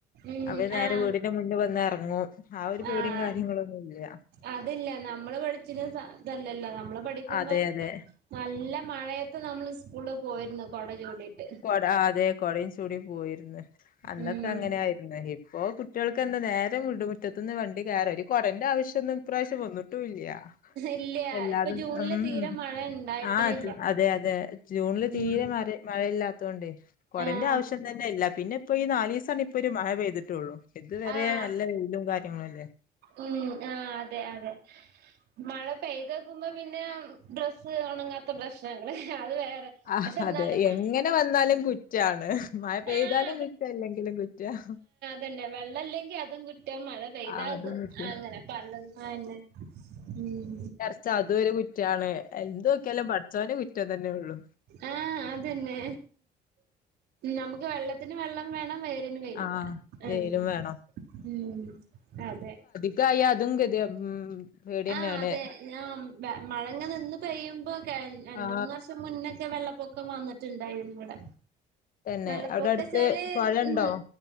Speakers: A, on the right; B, on the left.
A: ഉം
B: അപ്പ നേരെ
A: ആഹ്
B: വീടിന്റെ മുന്നില് വന്ന് എർങ്ങും ആ ഒരു പേടിയും
A: ആഹ്
B: കാര്യങ്ങളൊന്നും ഇല്ല
A: അതില്ല നമ്മള് പഠിച്ചീന സ ഇതല്ലല്ലോ നമ്മള് പഠിക്കുമ്പോ
B: അതെ അതെ
A: നല്ല മഴയത്ത് നമ്മള് സ്കൂള് പോയിരുന്നു കൊട ചൂടീട്ട്
B: ആഹ് അതെ കൊടയും ചൂടി പോയിര്ന്ന് അന്നൊക്കെ
A: ഉം
B: അങ്ങനായിര് ന്ന ഇപ്പോ കുട്ടികൾക്കെന്താ നേരെ വിടും മുറ്റത്ത്ന്ന് വണ്ടി കേറാ ഒരു കൊടന്റെ ആവശ്യൊന്ന് ഇപ്രാവശ്യം വന്ന് ട്ടൂല്യ
A: ഇല്ല
B: എല്ലാതും
A: ഇപ്പൊ ജൂണില്
B: ഉം
A: തീരെ മഴ ഇണ്ടായിട്ടേ
B: ആഹ്
A: ഇല്ല
B: അതെ അതെ ജൂണില് തീരെ
A: ഉം
B: അരെ മഴല്ലാത്തോണ്ട് കൊടന്റെ
A: ആഹ്
B: ആവശ്യം തന്നെയില്ല പിന്നപ്പൊ ഈ നാലീസാണ് ഇപ്പൊരു മഴ പെയ്തിട്ടുള്ളൂ ഇതുവരെ
A: ആഹ്
B: നല്ല വെയിലും കാര്യങ്ങളു അല്ലേ
A: ഉം ആഹ് അതെ അതെ മഴ പെയ്തോക്കുമ്പം പിന്നെ ഡ്രസ്സ് ഒണങ്ങാത്ത പ്രശ്നങ്ങള് അത് വേറെ
B: ആഹ്
A: പക്ഷെ
B: അതെ
A: എന്നാലും മ
B: എങ്ങനെ വന്നാലും കുറ്റാണ് മഴ പെയ്താലും
A: ആഹ്
B: കുറ്റം ഇല്ലെങ്കിലും കുറ്റം
A: തന്നെ വെള്ളല്ലെങ്കി അതും കുറ്റം മഴ പെയ്താ
B: ആ അതും
A: അത്
B: പറ്റും
A: അങ്ങനെ പണ്ട് ആഎന്നെ ഉം
B: ച്ചാ അതൊരു കുറ്റാണ് എന്ത് നോക്കിയാലും പഠച്ചോന് കുറ്റം തന്നെ ഒള്ളൂ
A: ഏഹ് അതന്നെ നമക്ക് വെള്ള ത്തിന് വെള്ളം വേണം വെയിലിന് വെയിലും
B: ആ
A: വേണം ആഹ്
B: വെയിലും വേണം
A: ഉം അതെ
B: ത്തായാ അതും കെതേ ഉം പേടിയന്നെയാണ്
A: ആഹ് അതെ ഞാ മഴങ്ങ് നിന്ന് പെയ്യുമ്പോ കെഴ രണ്ട്
B: ആ
A: മൂന്ന് വർഷ ത്തിന് മുന്നൊക്കെ വെള്ളപ്പൊക്കം വന്നിട്ടുണ്ടായിരുന്നു ഇവടെ
B: തന്നെ
A: വെള്ളപ്പൊക്കച്ചാല്
B: അവിടെ അടുത്ത് പൊഴണ്ടോ
A: ഉം